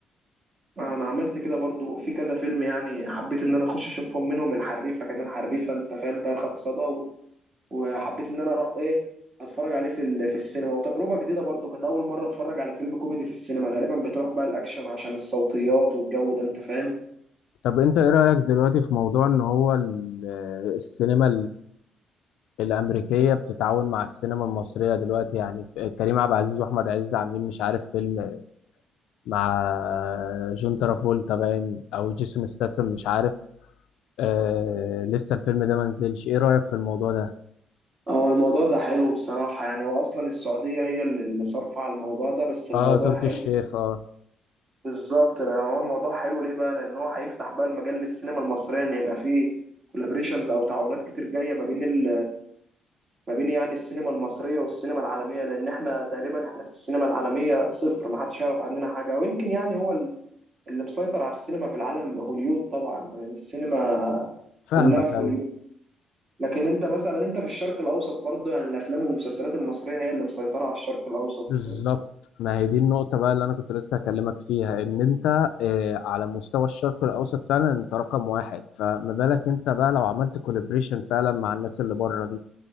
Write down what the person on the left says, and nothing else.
طب انت ايه رأيك دلوقتي في موضوع ان هو ال- آه، السينما الأمريكية بتتعاون مع السينما المصرية دلوقتي يعني في- كريم عبد العزيز وأحمد عز عاملين مش عارف فيلم مع جون ترافولتا باين أو جيسون ستاثام مش عارف آه لسه الفيلم ده منزلش إيه رأيك في الموضوع ده؟
آه تركي
الشيخ آه
فاهمك
أيوه
بالظبط ما هي دي النقطة بقى اللي أنا كنت لسه هكلمك فيها إن أنت آه على مستوى الشرق الأوسط فعلا أنت رقم واحد فما بالك أنت بقى لو عملت كولابريشن فعلا مع الناس اللي بره دي